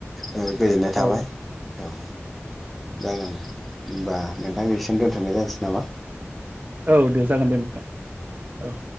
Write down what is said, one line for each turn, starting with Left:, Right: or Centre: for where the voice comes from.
Centre: ओ गोजोननाय थाबाय
Right: औ
Centre: औ जागोन दे। होमबा नोंथां बेसिम दोनथ'नाय जानसै नामा?
Right: औ दे जागोन दे नोंथां। औ।